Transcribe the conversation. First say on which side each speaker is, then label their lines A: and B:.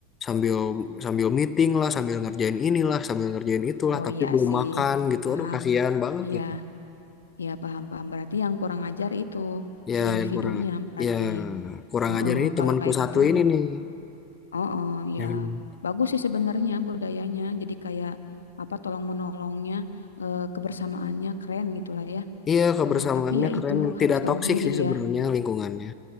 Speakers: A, on the left; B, on the left.
A: sambil sambil meeting lah sambil ngerjain inilah sambil ngerjain itulah
B: Oh
A: tapi
B: iya
A: belum
B: sih,
A: makan gitu
B: paham.
A: aduh kasihan banget
B: Iya.
A: gitu
B: ya paham-paham. Berarti yang kurang ajar itu
A: ya
B: si individunya.
A: yang kurang
B: Berarti
A: ya kurang
B: Heeh,
A: ajar ini temanku
B: kalau kayak
A: satu
B: gitu,
A: ini nih
B: oh oh, ya
A: yang
B: bagus sih sebenarnya budayanya. Jadi kayak apa tolong menolongnya, eh, kebersamaannya keren gitulah ya.
A: iya kebersamaannya
B: Eh, tapi ya
A: keren
B: itu harus
A: tidak
B: tahu
A: toksik
B: diri
A: sih sebenarnya
B: ya.
A: lingkungannya